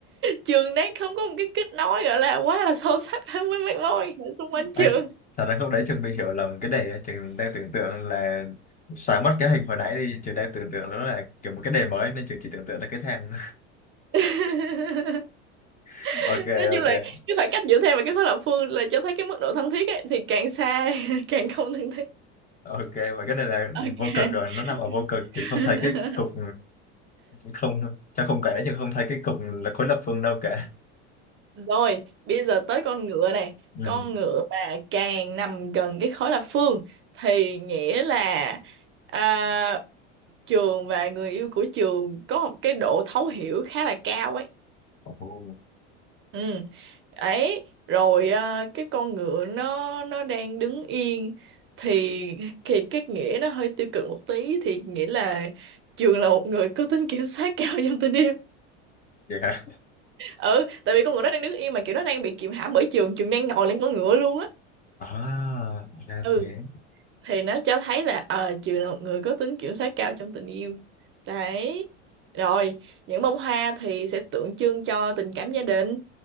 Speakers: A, on the right (about 35°); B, on the left (about 25°).
A: trường đang không có một cái kết nối gọi là quá là sâu sắc <laughs> với mấy mối quan hệ xung quanh
B: Ai,
A: trường
B: thật ra không đấy trường bị hiểu lầm cái đề trường đang tưởng tượng là xóa mất cái hình hồi nãy đi trường đang tưởng tượng nó là kiểu một cái đề mới nên trường chỉ tưởng tượng là cái thang
A: <laughs>
B: <laughs> ok
A: nói chung
B: ok
A: là cái khoảng cách giữa thang và cái khối lập phương là cho thấy cái mức độ thân thiết ấy, thì càng xa <laughs> càng không thân thiết
B: ok và cái này là
A: ok
B: vô cực rồi nó nằm ở vô cực trường
A: <laughs>
B: không thấy cái cục không trong khung cảnh đấy trường không thấy cái cục là khối lập phương đâu cả
A: Rồi, bây giờ tới con ngựa này.
B: ừ.
A: Con ngựa mà càng nằm gần cái khối lập phương thì nghĩa là à, trường và người yêu của trường có một cái độ thấu hiểu khá là cao ấy.
B: Ồ,
A: Ừ. Ấy, rồi à, cái con ngựa nó nó đang đứng yên thì thì cái nghĩa nó hơi tiêu cực một tí thì nghĩa là trường là một người có tính kiểm soát cao <laughs> trong tình yêu.
B: vậy hả?
A: Ừ, tại vì con ngựa nó đang đứng yên mà kiểu nó đang bị kiềm hãm bởi trường, trường đang ngồi lên con ngựa luôn á.
B: À, ra
A: ừ
B: thế.
A: thì nó cho thấy là ờ trường là một người có tính kiểm soát cao trong tình yêu đấy rồi những bông hoa thì sẽ tượng trưng cho tình cảm gia đình